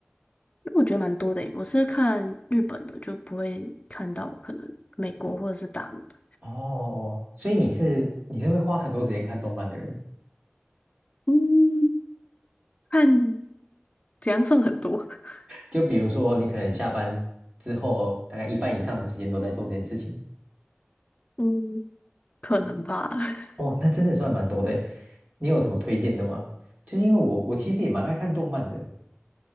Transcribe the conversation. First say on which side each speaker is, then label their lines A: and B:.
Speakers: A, on the left; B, on the right.
A: 因为我觉得蛮多的诶。我是看日本的，就不会看到可能美国或者是大陆的。
B: 哦，所以你是你是会花很多时间看动漫的人，
A: 嗯，看怎样算很多？<laughs>
B: 就比如说你可能下班之后大概一半以上的时间都在做这件事情。
A: 嗯，可能吧。<laughs>
B: 哦，那真的算蛮多的诶。你有什么推荐的吗？就是因为我我其实也蛮爱看动漫的，